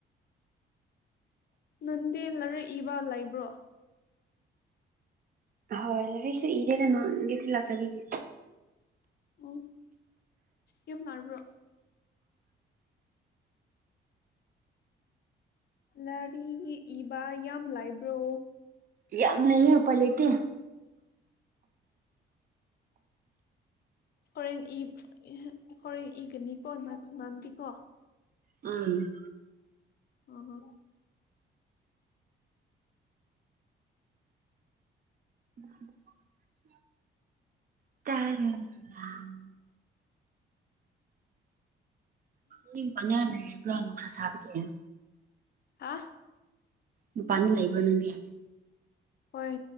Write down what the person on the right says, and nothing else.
ꯍꯣꯏ ꯂꯥꯏꯔꯤꯛꯁꯨ ꯏꯗꯦꯗ ꯅꯪꯒꯦꯗꯤ ꯂꯥꯛꯇꯕꯒꯤ
ꯌꯥꯝ ꯂꯩꯌꯦ ꯎꯄꯥꯏ ꯂꯩꯇꯦ
ꯎꯝ
<inaudible> <unintelligible> ꯃꯤ ꯄꯟꯌꯥ ꯂꯩꯔꯤꯕ꯭ꯔꯥ ꯅꯨꯡꯁꯥ ꯁꯥꯕꯒꯤ
ꯃꯄꯥꯟꯗ ꯂꯩꯕ꯭ꯔꯥ ꯅꯪꯗꯤ